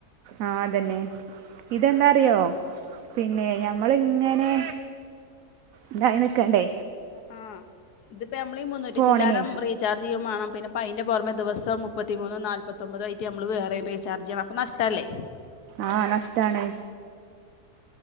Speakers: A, on the right (about 65°); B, on the left (about 80°).
A: ആഹ അതെന്നെ ഇതെന്താ അറിയോ പിന്നെ ഞമ്മളിങ്ങനെ എന്തായി നിക്കണ്ടേ
B: ആഹ് ഇതിപ്പോ നമ്മള് ഈ മുന്നൂറ്റി
A: ഫോണിന്
B: ചില്ലാനും റീചാർജ് ചെയ്യമാണം പിന്നെപ്പ അന്റെ പുറമെ ദിവസം- മുപ്പത്തിമൂന്നും നാല്പ്പൊമ്പതും ആയിട്ട് നമ്മൾ വേറെയും റീചർജ് ചെയ്യണം അപ്പൊ നഷ്ടവല്ലേ
A: ആഹ നഷ്ടാണ്